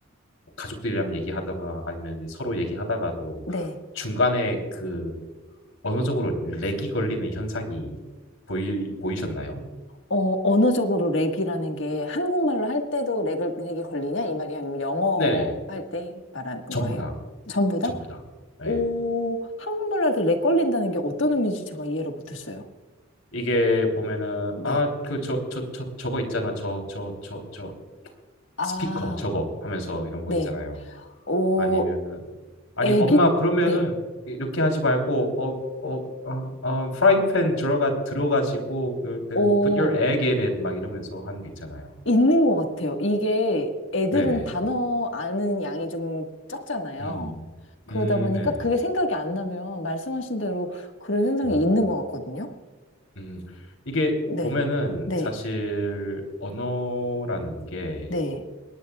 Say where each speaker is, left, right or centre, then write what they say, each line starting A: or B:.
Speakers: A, on the left; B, on the left.
A: 가족들이랑 얘기하다가 아니면 이제 서로 얘기하다가도
B: 네.
A: 중간에 그 언어적으로 렉이 걸리는 현상이 보이, 보이셨나요?
B: 어, 언어적으로 렉이라는 게 한국말로 할 때도 렉을, 렉이 걸리냐? 이 말이 아니면 영어
A: 네네.
B: 할 때 말하는 거예요?
A: 전부 다.
B: 전부 다?
A: 전부 다. 네.
B: 오, 한국말로 할 때 렉 걸린다는 게 어떤 의미인지 제가 이해를 못했어요.
A: 이게 보면은
B: 네.
A: 아, 그 저 저 저 저거 있잖아. 저 저 저 저
B: 아,
A: 스피커 저거 하면서 이런 거
B: 네.
A: 있잖아요.
B: 어,
A: 아니면은 아니
B: 애기,
A: 엄마 그러면은
B: 네.
A: 이렇게 하지 말고 어 어 어 어 프라이팬 들어가 들어가지고 이렇게
B: 어,
A: put your egg in it 막 이러면서 하는 게 있잖아요.
B: 있는 것 같아요. 이게 애들은
A: 네네.
B: 단어 아는 양이 좀 적잖아요.
A: 음,
B: 그러다
A: 음,
B: 보니까
A: 네네.
B: 그게 생각이 안 나면 말씀하신 대로 그런 현상이
A: 음,
B: 있는 것 같거든요.
A: 음. 이게
B: 네.
A: 보면은
B: 네.
A: 사실 언어라는 게
B: 네.